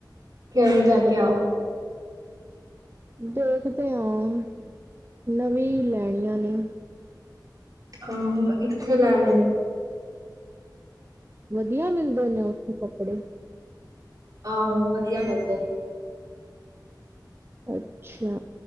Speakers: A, on the right; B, on the right.
A: ਕਿਹੜੀ ਲੈ ਕੇ ਆਓਗੇ?
B: ਦੇਖਦੇ ਆਂ ਨਵੀਂ ਲੈਣੀਆਂ ਨੇ।
A: ਕੰਮ ਇੱਥੇ ਲੈ ਲੈਣਾ।
B: ਵਧੀਆ ਮਿਲਦੇ ਨੇ ਉੱਥੇ ਕੱਪੜੇ?
A: ਆਹੋ ਵਧੀਆ ਮਿਲਦੇ।
B: ਅੱਛਿਆ